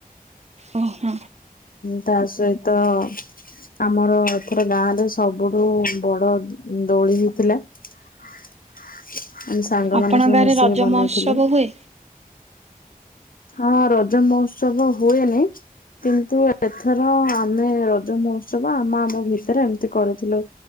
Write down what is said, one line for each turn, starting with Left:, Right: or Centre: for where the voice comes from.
Right: ଓହୋ
Left: ତା ସହିତ ଆମର ଏଥର ଗାଁ ରେ ସବୁଠୁ ବଡ଼ ଦୋଳି ହେଇଥିଲା। ଆମେ ସାଙ୍ଗମାନେ
Right: ଆପଣଙ୍କ
Left: ସବୁ
Right: ଗାଁରେ
Left: ମିଶିକି
Right: ରଜ
Left: ବନେଇଥିଲୁ।
Right: ମହୋତ୍ସବ ହୁଏ?
Left: ହଁ ରଜ ମହୋତ୍ସବ ହୁଏନି କିନ୍ତୁ ଏଥର ଆମେ ରଜ ମହୋତ୍ସବ ଆମ ଆମ ଭିତରେ ଏମିତି କରିଥିଲୁ